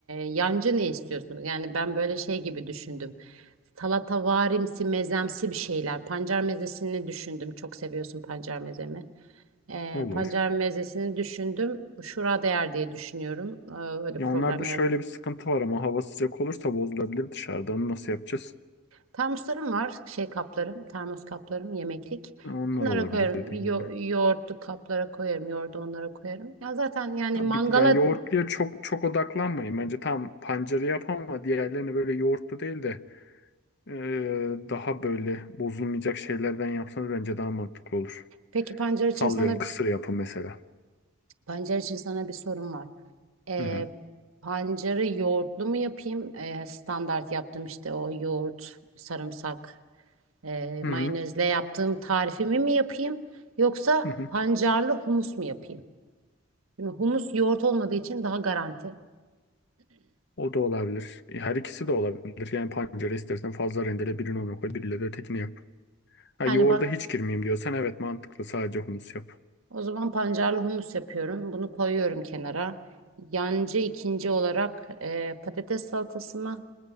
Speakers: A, on the right (about 85°); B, on the left (about 55°).
A: yancı ne istiyorsunuz? Yani ben böyle şey gibi düşündüm. Salatavarimsi, mezemsi bir şeyler. Pancar mezesini düşündüm. Çok seviyorsun pancar mezemi. Ee,
B: Olur.
A: pancar mezesini düşündüm. Şura değer diye düşünüyorum. Ee, öyle
B: Ya
A: problem
B: onlarda
A: yarat.
B: şöyle bir sıkıntı var ama hava sıcak olursa bozulabilir dışarıda. Onu nasıl yapacağız?
A: Termoslarım var. Şey kaplarım. Termos kaplarım. Yemeklik.
B: Ha, Onlar
A: Onlara
B: olabilir
A: koyarım.
B: dediğim
A: Yo
B: gibi.
A: yoğurtlu kaplara koyarım. Yoğurdu onlara koyarım. Ya zaten yani
B: Tam
A: mangala
B: bir, yani yoğurtluya çok çok odaklanmayın. Bence tam pancarı yap ama diğerlerini böyle yoğurtlu değil de eee, daha böyle bozulmayacak şeylerden yapsanız bence daha mantıklı olur.
A: Peki pancar için
B: Sallıyorum
A: sana
B: kısır yapın mesela.
A: Pancar için sana bir sorum var. Ee,
B: Hı hı.
A: pancarı yoğurtlu mu yapayım? Ee, standart yaptım işte o yoğurt, sarımsak, e,
B: Hı
A: mayonezle
B: hı.
A: yaptığım tarifimi mi yapayım? Yoksa
B: Hı hı.
A: pancarlı humus mu yapayım? Şimdi humus yoğurt olmadığı için daha garanti.
B: O da olabilir. E, Her ikisi de olabilir. Yani pancara istersen fazla rendele birini ona koy, biriyle de ötekini yap. Ha,
A: Yani
B: yoğurda
A: ben
B: hiç girmeyeyim diyorsan evet mantıklı. Sadece humus yap.
A: o zaman pancarlı humus yapıyorum. Bunu koyuyorum kenara. Yancı ikinci olarak e, patates salatası mı?